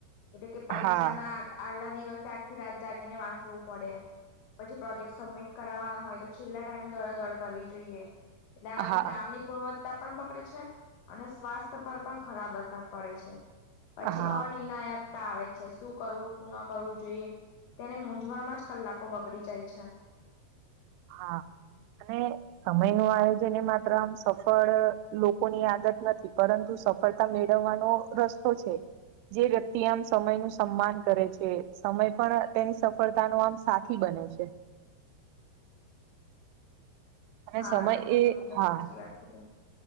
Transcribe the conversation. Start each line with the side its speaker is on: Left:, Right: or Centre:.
Left: એટલે કે પરીક્ષા
Right: હા
Left: ના આગલા દિવસે આખી રાત જાગી તે ને વાંચવું પડે પછી પ્રોજેક્ટ સબમિટ કરાવાનો હોય તો છેલ્લા ટાઈમે દોડા દડ કરવી જોઈએ એટલે આનાથી
Right: હા
Left: કામની ગુણવત્તા પણ પકડે છે અને સ્વાસ્થ્ય પર પણ ખરાબ અસર પડે છે પછી
Right: હા
Left: અનિર્ણાયકતા આવે છે શું કરવું શું ન કરવું જોઈએ તેની મૂંઝવણ માં જ કલાકો બગડી જાય છે
Right: હા અને સમય નું આયોજન એ માત્ર આમ સફળ લોકોની આદત નથી પરંતુ સફળતા મેળવવાનો રસ્તો છે જે વ્યક્તિ આમ સમય નું સન્માન કરે છે સમય પણ તેની સફળતા નો આમ સાથી બને છે અને
Left: હા
Right: સમય
Left: એ તો તમે એકદમ
Right: હા
Left: સાચી વાત કીધી